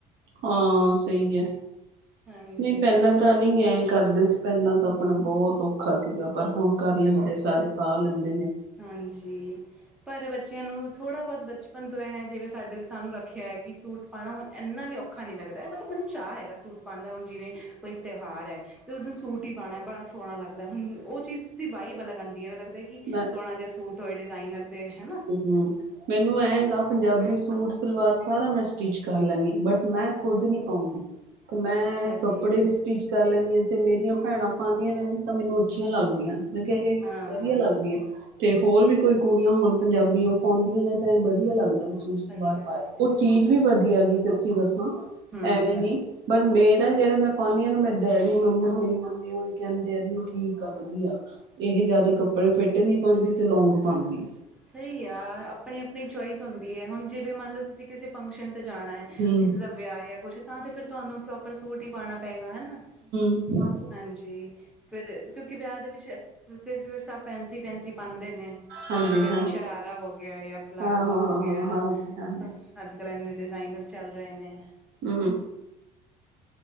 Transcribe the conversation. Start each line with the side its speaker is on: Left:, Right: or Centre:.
Right: ਹਾਂ ਸਈ ਐ
Centre: ਹਾਂਜੀ
Right: ਨਈਂ ਪੈਲਾਂ ਤਾਂ ਨਈਂ ਐ ਕਰਦੇ ਸੀ ਪੈਲਾਂ ਤਾਂ ਆਪਣਾ ਬੋਤ ਔਖਾ ਸੀਗਾ ਪਰ ਹੁਣ, ਕਰ ਲੈਂਦੇ ਸਾਰੇ ਪਾ ਲੈਂਦੇ ਨੇ।
Centre: ਹਾਂਜੀ, ਪਰ ਬੱਚੇਆਂ ਨੂੰ ਥੋੜਾ ਬੋਤ ਬਚਪਨ ਤੋਂ ਐ ਜਿਵੇਂ ਸਾਡੇ ਸਾਨੂੰ ਰੱਖਿਆ ਐ ਕਿ ਸੂਟ ਪਾਉਣਾ ਹੁਣ ਏਨਾ ਵੀ ਔਖਾ ਨਈਂ ਲੱਗਦਾ ਮਤਲਬ ਮੈਨੂੰ ਚਾਹਅ ਹੈਗਾ ਸੂਟ ਪਾਣ ਦਾ ਹੁਣ ਜਿਵੇਂ ਕੋਈ ਤਿਉਹਾਰ ਐ। ਤੇ ਉਸ ਦਿਨ ਸੂਟ ਹੀ ਪਾਣਾ ਬੜਾ ਸੋਣਾ ਲੱਗਦੈ ਹੁਣ, ਓ ਚੀਜ ਦੀ ਵਾਈਬ ਈਂ ਅਲਗ ਆਂਦੀ ਐ ਲੱਗਦਾ ਕਿ ਕਿ
Right: ਮੈਂ
Centre: ਸੋਣਾ ਜੇਆ ਸੂਟ ਹੋਏ ਡਿਜ਼ਾਇਨਰ ਤੇ, ਹੈਨਾ।
Right: ਹੂੰ। ਮੈਨੂੰ ਐਂਗਾ ਪੰਜਾਬੀ ਸੂਟ, ਸਲਵਾਰ ਸਾਰਾ ਮੈਂ ਸਟਿਚ ਕਰ ਲੈਂਨੀ ਆਂ ਬਟ, ਮੈਂ ਖੁੱਦ ਨੀ ਪਾਂਦੀ। ਤੇ ਮੈਂ
Centre: ਅੱਛਾ
Right: ਕੱਪੜੇ
Centre: ਜੀ
Right: ਵੀ ਸਟੀਚ ਕਰ ਲੈਂਦੀਆਂ ਤੇ ਮੇਰੀਆਂ ਭੈਣਾਂ ਪਾਂਦੀਆਂ ਨੇ ਤਾਂ ਮੈਨੂੰ ਅੱਛੀਆਂ ਲੱਗਦੀਆਂ ਨੇ। ਮੈਂ ਕੇਆ ਏਹ
Centre: ਹਾਂ
Right: ਵਧੀਆ ਲੱਗਦੀਆਂ, ਤੇ ਹੋਰ ਵੀ ਕੋਈ ਕੁੜੀਆਂ ਹੁਣ ਪੰਜਾਬੀ ਓ ਪਾਉਂਦੀਆਂ ਨੇ ਤਾਂ ਏ ਵਧੀਆ ਲੱਗਦਾ ਵੀ ਸੂਟ।
Centre: ਸਹੀ
Right: ਵਾਰ
Centre: ਗੱਲ
Right: ਪਾ,
Centre: ਆ ਸਹੀ
Right: ਓ ਚੀਜ
Centre: ਗੱਲ
Right: ਵੀ
Centre: ਆ
Right: ਵਧੀਆ ਗੀ ਸੱਚੀ ਦੱਸਾਂ
Centre: ਹਮ
Right: ਐਵੇਂ ਨੀ ਪਰ ਮੇਰਾ ਜੇੜਾ ਮੈਂ ਪਾਂਦੀ ਆਂ ਮੇ ਡੈਡੀ-ਮੰਮੀ ਹਣੀ ਮੰਮੀ ਹੋਣੀ ਕੈਂਦੇ ਆ ਨੀ ਠੀਕ ਆ ਵਧੀਆ। ਏਹ ਜਾਦਾ ਕੱਪੜੇ ਫਿੱਟ ਨੀ ਪਾਉਂਦੀ ਤੇ ਲੌਂਗ ਪਾਉਂਦੀ।
Centre: ਸਈ ਆ ਅਪਨੀ-ਅਪਨੀ ਚੋਂਇਸ ਹੁੰਦੀ ਆਂ ਜਿਵੇਂ ਮੰਨ ਲਓ ਤੁਸੀਂ ਕਿਸੇ ਫੰਕਸ਼ਨ ਤੇ ਜਾਣਾਏ।
Right: ਹੂੰ
Centre: ਕਿਸੇ ਦਾ ਵਿਯਾ ਏ ਕੁਛ ਤਾਂ ਤੇ ਫੇਰ ਤੁਆਨੂੰ ਪ੍ਰੋਪਰ ਸੂਟ ਹੀ ਪਾਣਾ ਪਏਗਾ, ਹਨਾ।
Right: <unintelligible>
Centre: ਹਾਂਜੀ। ਫੇਰ ਕਿਉਂਕਿ ਵਿਯਾ ਦੇ ਵਿੱਚ ਸਭ ਫੈਂਸੀ-ਫੈਂਸੀ ਪਾਂਦੇ ਨੇ।
Right: ਹਾਂਜੀ
Centre: ਕਦੀ
Right: ਹਾਂਜੀ
Centre: ਸ਼ਰਾਰਾ ਹੋ ਗਯਾ ਜਾਂ ਪਲਾਜ਼ੋ
Right: ਹਾਂ ਹਾਂ
Centre: ਹੋ
Right: ਹਾਂ
Centre: ਗਯਾ।
Right: ਹਾਂਜੀ ਹਾਂਜੀ
Centre: ਅੱਜ-ਕੱਲ ਏਨੇ ਡਿਜ਼ਾਇਨਰ ਚੱਲ ਰੇਨੇ।
Right: ਹੂੰ।